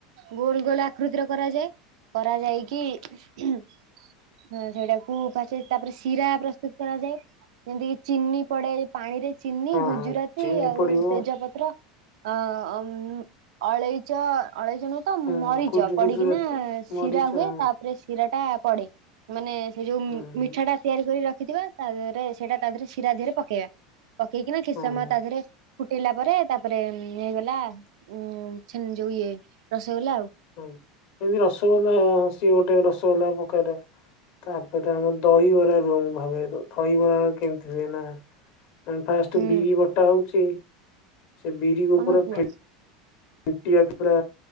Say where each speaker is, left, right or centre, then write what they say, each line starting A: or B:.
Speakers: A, on the right; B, on the left.
A: ଗୋଲ ଗୋଲ ଆକୃତିର କରାଯାଏ କରାଯାଇକି ଉଁହୁଁ। ହୁଁ ସେଇଟାକୁ ପଛେରେ ତାପରେ ଶିରା ପ୍ରସ୍ତୁତ କରାଯାଏ। ଯେମତିକିି ଚିନି ପଡେ ପାଣିରେ ଚିନି
B: ହଁ
A: ଗୁଜୁରାତି
B: ହଁ ଚିନି
A: ଆଉ
B: ପଡିବ
A: ଅ ପତ୍ର ଆ ଆଉଁ ଅଳେଇଚ ଅଳେଇଚ <unintelligible> ତ
B: ହଁ
A: ମରିଚ
B: ଗୁଜୁ
A: ପଡିକିନା
B: ଗୁଜୁରାତି ମରିଚ
A: ଶିରା ହୁଏ
B: ହଁ
A: ତା ପରେ ଶିରାଟା ପଡେ ମାନେ ସେଇ ଯୋଉ
B: ହଁ
A: ଉଁ ମିଠାଟା ତିଆରି କରି ରଖିଥିବ ତା ଦେହରେ ସେଇଟା ତା ଦେହରେ ଶିରା ଧିଏରେ ପକେଇଆ ପକେଇକିନା କିଛି
B: ହଁ
A: ସମୟ ତା ଧିଏରେ ଫୁଟେଇଲା ପରେ ତାପରେ ଉଁ ହେଇଗଲା ଉଁ ଛେନ୍ ଯୋଉ ଇଏ ରସୋଗୋଲା ଆଉ।
B: ହୁଁ ଏନ୍ତି ରସୋଗୋଲା ହଁ ସିଏ ଗୋଟେ ରସୋଗୋଲା ପକାରେ। ତାପରେ ଆମ ଦହିବରା କେଉଁ ଭାବେ ଦ ଦହିବରା କେମତି ହୁଏ ନା ଆଁ ଫାଷ୍ଟ୍
A: ହୁଁ
B: ବିରି ବଟା ହଉଚି ସେ ବିରିକୁ
A: ତମେ
B: ପୁରା
A: କୁହ
B: ଫେ ଣ୍ଟିଆ ପୁରା